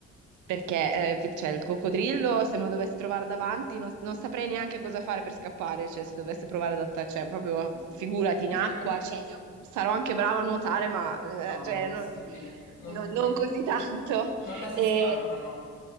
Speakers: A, on the right; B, on the left.
A: Perché, eh, cioè, il coccodrillo, se me lo dovessi trovare davanti, non, non saprei neanche cosa fare per scappare, cioè, se dovesse provare ad attaccare, cioè, proprio, figurati,
B: <laughs>
A: in acqua, cioè, io sarò anche brava a nuotare, ma, eh,
B: No,
A: cioè,
B: è impossibile.
A: non,
B: Non,
A: non- non
B: non-
A: così tanto.
B: non la si
A: E,
B: scampano.